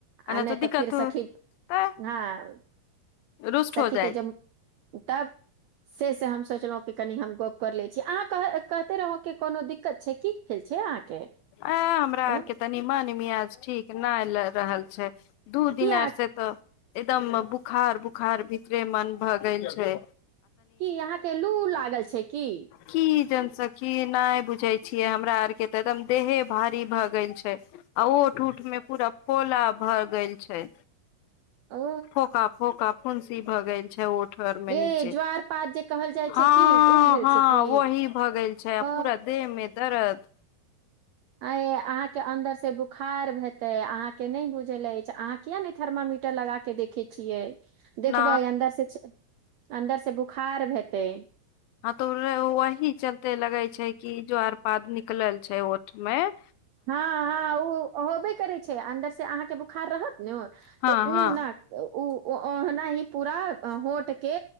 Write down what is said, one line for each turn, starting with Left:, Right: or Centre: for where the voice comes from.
Right: आ
Left: ना
Right: नहि
Left: त दिक्कत
Right: तऽ फिर सखी
Left: तऽ
Right: हँ <unintelligible>
Left: रुष्ट
Right: सखी
Left: हो जाइ
Right: के जे तब से से हम सोचलहुँं कि कनि हम गप कर ले अहाँ कह कहिते रहौं कोनो दिक्कत छैइ की छै अहाँके
Left: आ हमरा
Right: अ
Left: आरके तनि मन मियाज आ ठीक नै ल रहल छय दू
Right: किया
Left: दिन आर से तऽ एकदम बुखार बुखार भीतरे मन भए गेल छय
Right: की अहाँके लू लागल छै की
Left: की सखी नय बुझै छियै हमरा आर के एकदम देहे भारी भऽ गेल छैइ आ ओठ उठ में पूरा फोला भऽ गेल छैइ
Right: ओ
Left: फोका फोका फ़ुन्सी भगैल छय ओठ कठर मे
Right: ए
Left: नीचे
Right: ज्वार पात जे कहल जाइ
Left: हँअ्
Right: छै की उ भेल
Left: हँअ्
Right: छै की
Left: वही भ गेल छैइ
Right: ओ
Left: पूरा देह में दरद
Right: आये अहाँ के अंन्दर से बुक बोखार हेतै अहाँ के नहि बुझल अछि अहाँ किया ने थर्मामीटर लगा के देखे छियै देखबै
Left: न
Right: अन्दर से अन्दर से बुखार भेै तइ
Left: हां तो वही चलते लगै छैइ कि जोआरपाद निकलल छैइ ओठ में
Right: हँ हँ ओ होबे करै छै अन्दर से अहाँके बुखार रहत नहि
Left: हँ
Right: तऽ ओ
Left: हँ
Right: नहि ओ ओ अ ी पूरा होट के